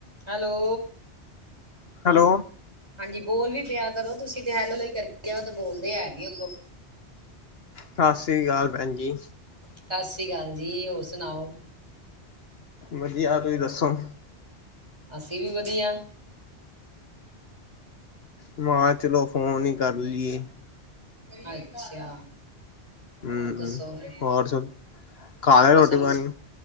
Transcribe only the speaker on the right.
ਹੈਲੋ।
ਹਾਂਜੀ, ਬੋਲ ਵੀ ਪਿਆ ਕਰੋ ਤੁਸੀਂ ਤੇ ਹੈਲੋ ਕਰੀ ਤੇ ਬੋਲਦੇ ਐ ਨੀ ਅੱਗੋਂ।
ਸਤਿ ਸ੍ਰੀ ਅਕਾਲ ਜੀ ਹੋਰ ਸੁਣਾਓ?
ਅਸੀਂ ਵੀ ਵਧੀਆ।
ਅੱਛਾ।
ਹੋਰ ਦੱਸੋ ਫਿਰ
ਮੌਸਮ